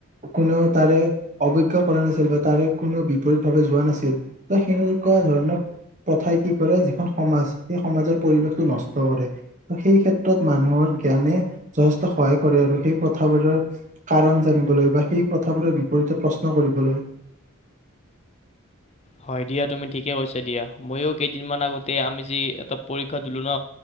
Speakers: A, on the right; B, on the left.
A: কোনেও তাৰে অৱজ্ঞ কৰা নাছিল বা তাৰে কোনেও বিপৰীত ভাৱে যোৱা নাছিল। ত সেইসকল ধৰণক প্ৰথাই কি কৰে যিখন সমাজ, সেই সমাজৰ পৰিৱেশটো নষ্ট কৰে। সেই ক্ষেত্ৰত মানুহৰ জ্ঞানে যথেষ্ট সহায় কৰে আৰু সেই প্ৰথাবোৰৰ কাৰণ জানিবলৈ বা সেই প্ৰথাবোৰৰ বিপৰীতে প্ৰশ্ন কৰিবলৈ।
B: হয় দিয়া তুমি ঠিকে কৈছা দিয়া মইও কেইদিনমান আগতে আমি যে এটা পৰীক্ষা দিলোঁ ন।